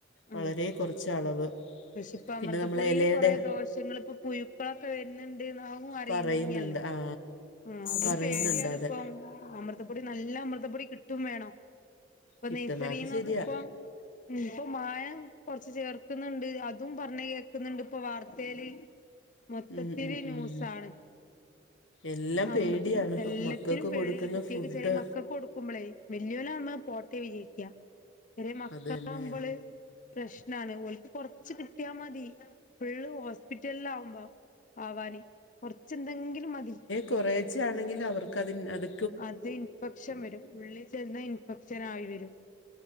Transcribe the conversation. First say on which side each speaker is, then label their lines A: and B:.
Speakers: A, on the left; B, on the left.
A: ആ
B: വളരേ കൊറച്ച് അളവ്
A: പക്ഷെ ഇപ്പൊ അമൃതപ്പൊടീല്
B: പിന്നെ നമ്മളെ ഇലയുടെ
A: കൊറേ ദോഷങ്ങൾ ഇപ്പൊ പുയുക്കളൊക്കെ വരു ന്ന്ണ്ട്ന്ന് അവുംറഞീനല്ലോ
B: പറയുന്നുണ്ട് ആ
A: ആഹ്‌ അതും
B: പറയുന്നുണ്ട്
A: പേടിയാണ്പ്പം
B: അത്
A: അമൃതപ്പൊടി നല്ല അമൃതപ്പൊടി കിട്ടും വേണം ഇപ്പൊ
B: കിട്ടണം
A: നെയ്സറിന്നൊക്ക
B: അത് ശരിയാ
A: ഇപ്പം ഉം ഇപ്പൊ മായം കൊറച്ച് ചേർക്ക്ന്ന്ണ്ട് അതും പറഞ്ഞ് കേക്ക്ന്ന്ണ്ട്പ്പോ വാർത്തേല് മൊത്തത്തില്
B: ഉം ഉം
A: ന്യൂസ്സാണ്
B: ഉം എല്ലാം
A: ആമ്പതത്
B: പേടിയാണ് ഇപ്പം
A: എല്ലത്തിനും
B: മക്കൾക്ക്
A: പേടിയാണ്
B: കൊടുക്കുന്ന
A: കുട്ട്യേക്ക്
B: ഫുഡ്
A: ചെറിയ മക്കൾക്ക് കൊടുക്കുമ്പളേ വെല്ല്യോലാവുമ്പോത് പോട്ടേ വിജാരിക്ക ചെറിയ മക്കളാവുമ്പള്
B: അത് തന്നെ
A: പ്രശ്നാണ് ഓൽക്ക് കൊറച്ച് കിട്ടിയാമതി ഫുള്ള് ഹോസ്പിറ്റലിൽ ആകുമ്പോ ആവാന് കൊറച്ചെന്തെങ്കിലും മതി
B: കൊറേച്ചെ ആണെങ്കിലും അവർക്ക് അതിന് അത്
A: അത് ഇൻഫെക്ഷൻ വരും ഉള്ളിൽ ചെന്നാ ഇൻഫെക്ഷനായി വരും